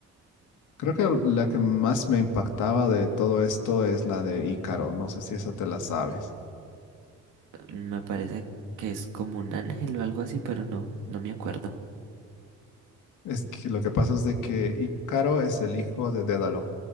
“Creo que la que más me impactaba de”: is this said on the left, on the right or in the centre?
Left